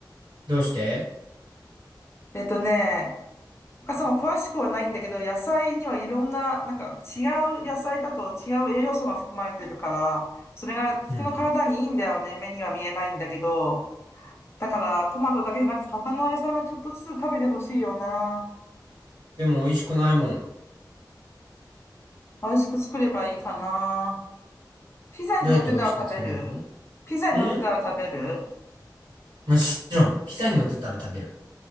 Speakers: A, on the right (about 65°); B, on the left (about 35°).
A: どうして
B: えっとね、お母さんも詳しくはないんだけど、野菜にはいろんな、なんか違う野菜だと違う栄養素が含まれてるから、それが人の体にいいんだよね。
A: うんうん。
B: 目には見えないんだけど。だからトマトだけじゃなくて他の野菜もちょっとずつ食べてほしいよな。
A: でも美味しくないもん。
B: 美味しく作ればいいかな。ピザに乗ってたら食べるピザに乗ってたら食べる
A: どうやって美味しく作るのうんもちろん、ピザに乗ってたら食べる。